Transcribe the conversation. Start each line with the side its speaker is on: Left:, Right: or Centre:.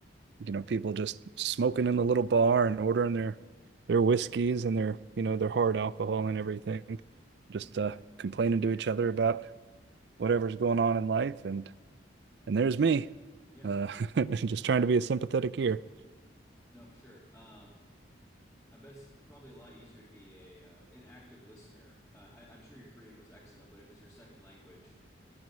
Right: you know, people just smoking in the little bar and ordering their their whiskeys and their, you know, their hard alcohol and everything,
Centre: hmm
Right: just uh, complaining to each other about whatever's going on in life and and there's me
Centre: Yeah,
Right: uh <laughs> just trying to be a sympathetic ear
Centre: no, for sure. Um, I bet it's probably a lot easier to be a uh, an active listener. Uh, I, I'm sure your Korean was excellent, but if it's your second language,